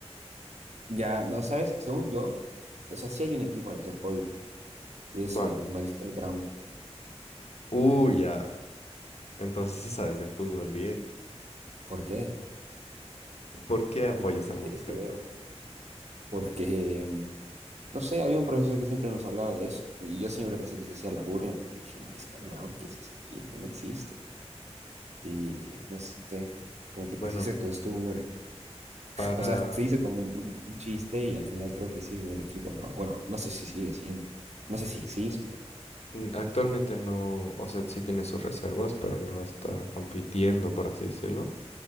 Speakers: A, on the right (about 80°); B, on the left (about 70°).
A: Ya, no sabes, según yo, o sea, sí hay un equipo al que apoyo, y es
B: ¿Cuál?
A: el Mariscal Brown.
B: Uy, ya. Entonces sí sabes de fútbol bien.
A: ¿Por qué?
B: ¿Por qué apoyas
A: ¿Qué, qué
B: al
A: tiene
B: Mariscal
A: que ver?
B: Brown?
A: Porque, mm, no sé, había un profesor que siempre nos hablaba de eso, y yo siempre pensé que se hacía la burla, porque dije, Mariscal Brown, ¿qué es ese equipo? No existe. Y no sé,
B: Bueno,
A: que se hizo costumbre.
B: para...
A: <laughs> O sea, se hizo como un, un chiste y al final creo que sí es buen equipo, ¿no? Bueno, no sé si sigue siendo, no sé si existe.
B: mm, Actualmente no, o sea, sí tiene sus reservas, pero no está compitiendo, por así decirlo.